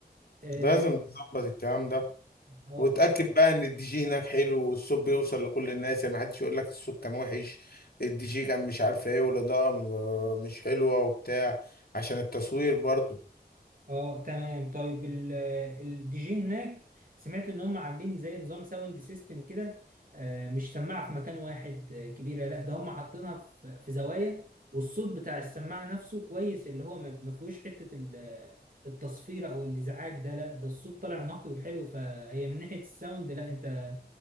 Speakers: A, on the right; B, on the left.
A: اه
B: لازم نظبط الكلام ده
A: آه،
B: وتأكد بقى ان الدي جي هناك حلو والصوت بيوصل لكل الناس يعني محدش يقول لك الصوت كان وحش الدي جي كان مش عارف ايه والاضاءة م- مش حلوة وبتاع عشان التصوير برضو
A: اه تمام طيب ال- الدي جي هناك سمعت ان هم عاملين زي نظام ساوند سيستم كده آه، مش سماعه في مكان واحد آه، كبيره لا ده هم حاطينها في في زوايا والصوت بتاع السماعه نفسه كويس اللي هو ما ما فيهوش حته ال- التصفير او الازعاج ده لا ده الصوت طالع نقي وحلو فهي من ناحيه الساوند لا انت